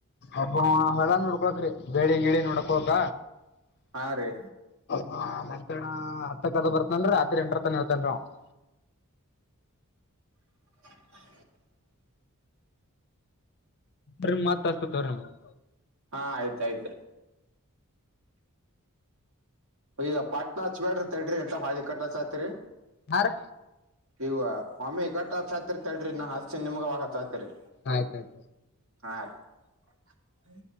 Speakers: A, on the left; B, on the right.
A: ಅಬ ಹೇಳ ನೋಡ <inaudible> ಹಕ್ರಿ ಬೆಳಿ ಗಿಳಿ ನೋಡಕಕ
B: ಹಾ ರೀ
A: ಮ ಹತ್ತಕ್ಕದ ಬರ್ತನ್ ಆತ್ರಿ ಎಂಟರರ್ತನ ಹೇಳ್ತನ್ ಅವ <unintelligible>
B: <inaudible>
A: ರಿ ಮತ್ ಅಸ್ತತ್ ಅವ್ರೀ <unintelligible>
B: ಹಾ ಆಯ್ತಾಯ್ತ್ ರೀ ಈಗ ಪಾಟ್ನ ಹಚ್ಬೇರ ತಡ್ರಿ ಎಂತ ಹಾ ಕಟ್ಟಸ ಆತ್ರಿ
A: ಹಾ ರೀ
B: ಇವ ಒಮ್ಮಿ ಈ ಕಟ್ಟತಾಯ್ತರಿ ತದ್ರಿ <unintelligible> ನಾ ಹಸತಿನ ನಿಮಗವಾಗತತರಿ
A: ಆಯ್ತು ಆಯ್ತು
B: ಹಾ ರೀ